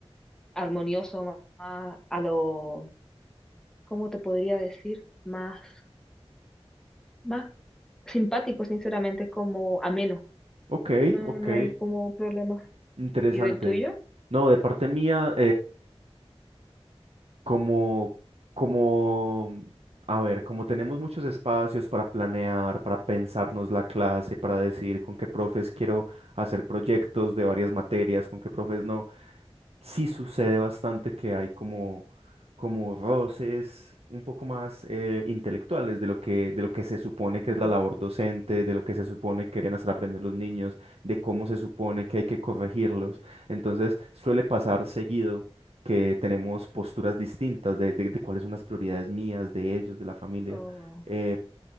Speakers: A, in the centre; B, on the right.
A: armonioso, más, más a lo, ¿cómo te podría decir? Más, más simpático, sinceramente, es como ameno.
B: ok,
A: No,
B: ok,
A: no hay como problema.
B: interesante.
A: ¿Y del tuyo?
B: No, de parte mía, como, como, a ver, como tenemos muchos espacios para planear, para pensarnos la clase, para decidir con qué profes quiero hacer proyectos de varias materias, con qué profes no sí sucede bastante que hay como, como roces un poco más eh, intelectuales de lo que, de lo que se supone que
A: Mm.
B: es la labor docente, de lo que se supone que deberían hacer aprender los niños, de cómo se supone que hay que corregirlos. Entonces suele pasar seguido que tenemos posturas distintas de, de, de cuáles son las prioridades mías, de ellos, de la familia.
A: Oh,
B: Eh,